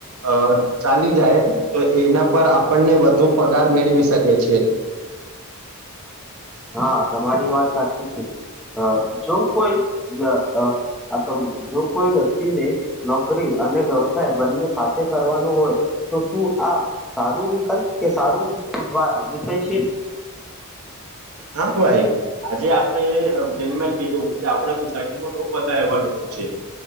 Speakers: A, on the right; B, in the centre.
A: અ ચાલી જાય તો એના પર આપણને વધુ પગાર મેળવી શકે છે.
B: હા, તમારી વાત સાચી છે. અ જો કોઈ અ આ જો કોઈ વ્યક્તિને નોકરી અને વ્યવસાય બંને સાથે કરવાનું હોય તો શું આ સારું વિકલ્પ કે સારું તો બા વિષય છે.
A: હા ભાઈ, આજે આપણે જેમ મેં કીધું આપણા સોસાયટીમાં બહ બધારે એવા લોકો છે.